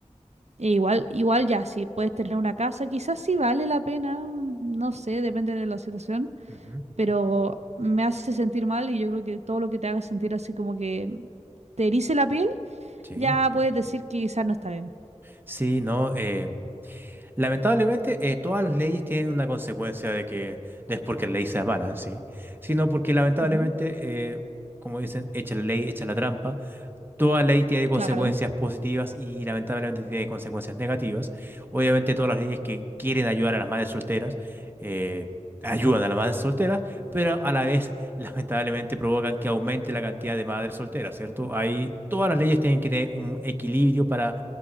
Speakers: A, on the right; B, on the right.
A: E igual, igual ya, si puedes tener una casa, quizás sí vale la pena, mm, no sé, depende de la situación,
B: ujú.
A: pero me hace sentir mal y yo creo que todo lo que te haga sentir así como que te erice la piel,
B: Sí.
A: ya puedes decir que quizás no está bien.
B: Sí, no. eh, lamentablemente, eh, todas las leyes tienen una consecuencia de que no es porque la ley sea mala en sí, sino porque lamentablemente,
A: Ujú,
B: eh, como dicen, echa la ley, echa la trampa. Toda ley tiene consecuencias
A: Claro.
B: positivas y lamentablemente tiene consecuencias negativas. Obviamente todas las leyes que quieren ayudar a las madres solteras eh, ayudan a las madres solteras, pero a la vez <laughs> lamentablemente provocan que aumente la cantidad de madres solteras, ¿cierto? Ahí todas las leyes tienen que tener un equilibrio para